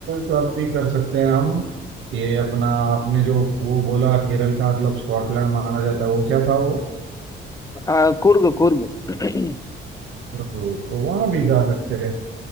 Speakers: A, on the right; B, on the left.
A: का भी कर सकते हैं हम ये अपना आपने जो वो बोला केरल का मतलब स्कॉटलैंड माना जाता है वो क्या था वो
B: आ, कुर्ग कुर्ग <clears throat>
A: तो, तो वहां भी जा सकते हैं